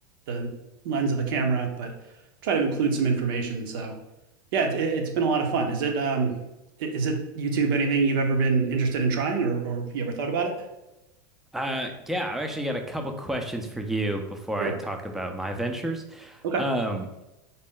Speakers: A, on the right; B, in the centre.
A: the lens of the camera, but try to include some information. So, yeah, it, it's been a lot of fun. Is it um is it YouTube anything you've ever been interested in trying or or you ever thought about it?
B: Uh, yeah, I've actually got a couple questions for you before I
A: Sure.
B: talk about my ventures.
A: Okay.
B: Um,